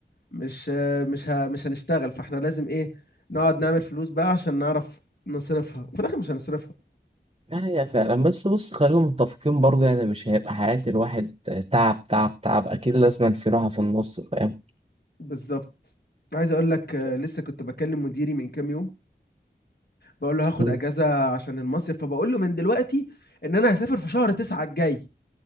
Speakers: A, on the left; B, on the right.
A: مش مش ه... مش هنشتغل فاحنا لازم ايه نقعد نعمل فلوس بقى عشان نعرف نصرفها وفي الاخر مش هنصرفها
B: ده حقيقه فعلا بس بص خلينا متفقين برضه يعني مش هيبقى حياه الواحد تعب تعب تعب اكيد لازم في راحه في النص فاهم
A: بالظبط عايز اقول لك
B: ف-
A: آه، لسه كنت بكلم مديري من كام يوم بقول له هاخد
B: م.
A: اجازه عشان المصيف فبقول له من دلوقتي ان انا هسافر في شهر تسعة الجاي